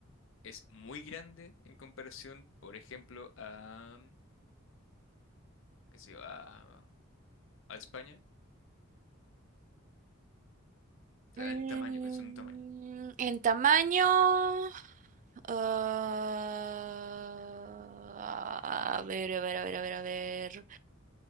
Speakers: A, on the left; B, on the right.
A: es muy grande en comparación, por ejemplo, a, qué sé yo, a, a España? O sea,
B: Mm,
A: en tamaño, pensando en tamaño.
B: en tamaño. ah, a ver, a ver, a ver, a ver, a ver.